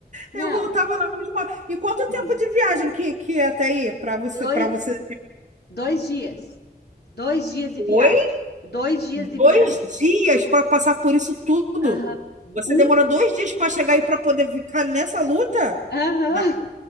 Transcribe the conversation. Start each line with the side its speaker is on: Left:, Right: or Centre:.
Left: não,
Right: Eu voltava na mesma. E quanto
Left: triste.
Right: tempo de viagem que, que é até aí para você,
Left: Dois,
Right: para você?
Left: dois dias. Dois dias de
Right: Oi?
Left: viagem. Dois dias
Right: Dois
Left: de viagem.
Right: dias para passar por isso tudo.
Left: Aham.
Right: Você
Left: Um,
Right: demorou dois dias para chegar aí para poder ficar nessa luta?
Left: aham.
Right: Na-